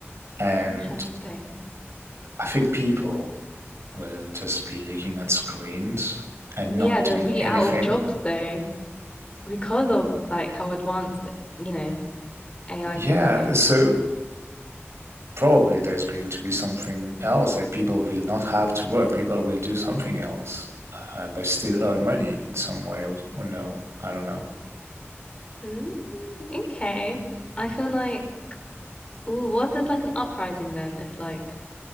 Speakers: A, on the right; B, on the left.
A: And
B: Interesting.
A: I think people will just be looking at screens and
B: Yeah,
A: not
B: they'll
A: doing
B: be
A: anything.
B: out of jobs though because of like how advanced, you know, AI
A: Yeah,
B: is becoming.
A: so probably there's going to be something else. Like people will not have to work, people will do something else, uh, but still earn money in some way or, or no. I don't know.
B: Mm, okay. I feel like, oh, what if there's like an uprising then if like